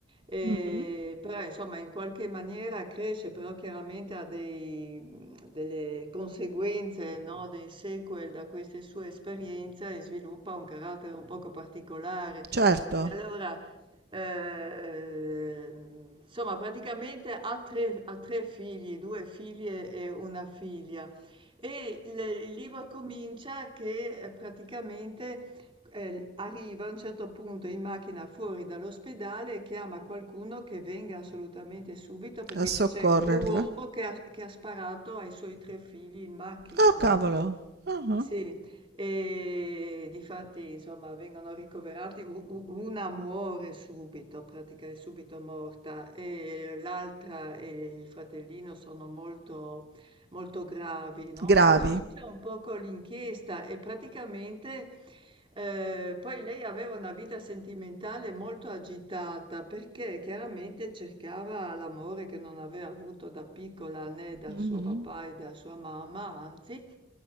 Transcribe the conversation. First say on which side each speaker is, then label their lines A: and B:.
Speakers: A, on the right (about 25°); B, on the right (about 55°).
A: E
B: mhm.
A: però insomma in qualche maniera cresce, però chiaramente ha dei- delle conseguenze, no, dei sequel da queste sue esperienze e sviluppa un carattere un poco particolare.
B: Certo,
A: E allora, ehm, insomma, praticamente ha tre, ha tre figli, due figlie e una figlia. E il, il libro comincia che eh, praticamente eh, arriva a un certo punto in macchina fuori dall'ospedale e chiama qualcuno che venga assolutamente subito perché
B: a soccorrerla.
A: c'è un uomo che ha, che ha sparato ai suoi tre figli in macchina,
B: Oh, cavolo.
A: no?
B: Ah, ah.
A: Sì, e difatti, insomma, vengono ricoverati, u- u- una muore subito, pratica è subito morta, e l'altra e il fratellino sono molto molto gravi, no,
B: Gravi.
A: e comincia un po' con l'inchiesta e praticamente, ehm, poi lei aveva una vita sentimentale molto agitata, perché chiaramente cercava l'amore che non aveva avuto da piccola né dal
B: Mhm.
A: suo papà e da sua mamma, anzi,